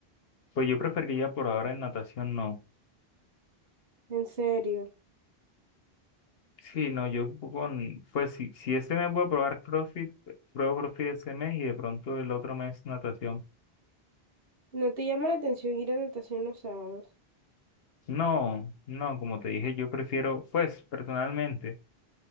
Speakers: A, on the left (about 65°); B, on the right (about 65°).
A: pues yo preferiría por ahora en natación no.
B: En serio,
A: Sí, no, yo con, pues si, si este mes voy a probar CrossFit, pruebo CrossFit este mes y de pronto el otro mes natación.
B: ¿no te llama la atención ir a natación los sábados?
A: No, no, como te dije, yo prefiero, pues personalmente,